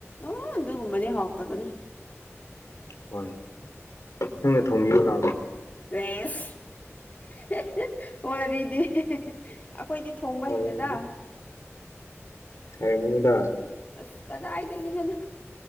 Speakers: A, on the left (about 35°); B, on the left (about 85°).
A: ꯑ ꯗꯨꯒꯨꯝꯕꯅꯤ ꯍꯥꯎꯇꯕꯅꯤ
B: ꯍꯣꯏ ꯅꯪꯅ ꯊꯣꯡꯕꯤꯌꯨ ꯂꯥꯎ
A: ꯔꯦꯁ <inaudible> ꯋꯥꯔꯤꯗꯤ <inaudible> ꯑꯩꯈꯣꯏꯗꯤ ꯊꯣꯡꯕ
B: ꯍꯣꯏ
A: ꯍꯩꯇꯦꯗ <inaudible>
B: ꯍꯥꯏꯔꯝꯒꯅꯤꯗ
A: ꯑꯁ ꯀꯗꯥꯏꯗꯒꯤ ꯅꯣꯗ